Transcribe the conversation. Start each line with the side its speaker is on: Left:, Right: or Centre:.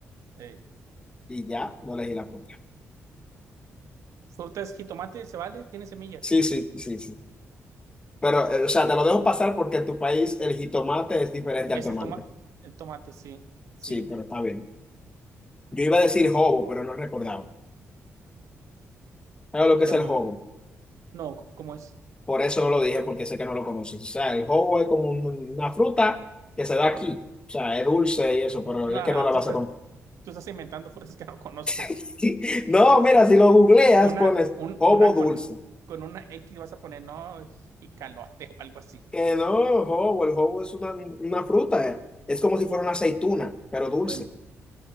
Right: Eh,
Left: y ya, no elegí la fruta.
Right: fruta es jitomate, ¿se vale? Tiene semillas.
Left: Sí, sí, sí, sí. Pero, eh, o sea, te lo dejo pasar porque en tu país el jitomate es diferente
Right: Es
Left: al tomate.
Right: el tomate, el tomate, sí, sí.
Left: Sí, pero está bien. Yo iba a decir hobo, pero no recordaba. ¿Sabes
Right: Jícama.
Left: lo que es el hobo?
Right: No, c- ¿cómo es?
Left: Por eso no lo dije, porque sé que no lo conoces. O sea, el jogo es como un- una fruta que se da aquí. O sea, es dulce y eso, pero
Right: Ah,
Left: es que no la
Right: tú
Left: vas
Right: estás,
Left: a conocer.
Right: tú estás inventando frutas que no conozco.
Left: <laughs> No, mira, si lo googleas,
Right: Una,
Left: pones
Right: un,
Left: jobo
Right: una
Left: dulce.
Right: con, con una X vas a poner, no, jicalote o algo así.
Left: Que no, jobo, el jobo es una, una fruta. eh. Es como si fuera
Right: Bueno,
Left: una aceituna, pero dulce.
Right: bueno,